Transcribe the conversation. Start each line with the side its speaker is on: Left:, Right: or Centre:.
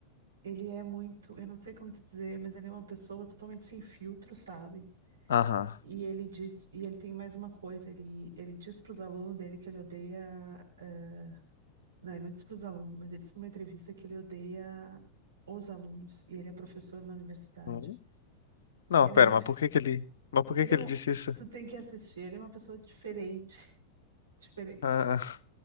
Right: ele é muito, eu não sei como te dizer, mas ele é uma pessoa totalmente sem filtro, sabe?
Left: Aham.
Right: E ele diz, e ele tem mais uma coisa, ele, ele diz para os alunos dele que ele odeia, eh, não, ele não diz para os alunos, mas ele disse numa entrevista que ele odeia os alunos, e ele é professor na universidade.
Left: Hum? Não,
Right: Ele
Left: pera,
Right: é uma <laughs> pessoa,
Left: mas por que que ele. Mas por
Right: ele
Left: que que
Right: é um,
Left: ele disse isso?
Right: tu tem que assistir, ele é uma pessoa diferente, <laughs> diferente.
Left: Ah,